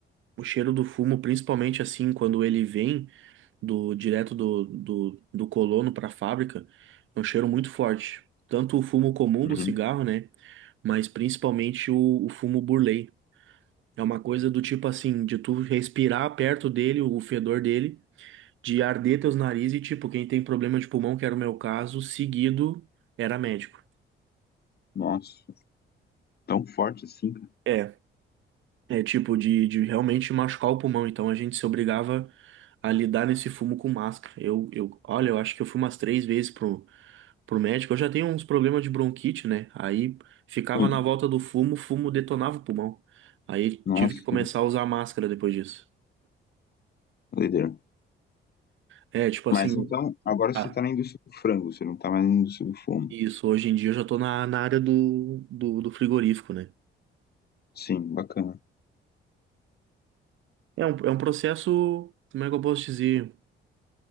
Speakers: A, on the right; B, on the left.
A: O cheiro do fumo, principalmente assim, quando ele vem. do direto do, do, do colono para a fábrica, é um cheiro muito forte. Tanto o fumo comum
B: Uhum.
A: do cigarro, né? Mas principalmente o, o fumo burley. É uma coisa do tipo assim, de tu respirar perto dele, o fedor dele, de arder teus narizes e tipo, quem tem problema de pulmão, que era o meu caso, seguido era médico.
B: Nossa, tão forte assim, cara.
A: É. É tipo de, de realmente machucar o pulmão. Então a gente se obrigava a lidar nesse fumo com máscara. Eu, eu, olha, eu acho que eu fui umas três vezes pro, pro médico. Eu já tenho uns problemas de bronquite, né? Aí ficava
B: Sim.
A: na volta do fumo, o fumo detonava o pulmão. Aí
B: Nossa,
A: tive que começar a usar máscara depois disso.
B: doideira.
A: É, tipo assim,
B: Mas então, agora você
A: ah,
B: tá na indústria do frango, você não tá mais na indústria do fumo.
A: isso, hoje em dia eu já tô na, na área do, do, do frigorífico, né?
B: Sim, bacana.
A: É um, é um processo, como é que eu posso dizer?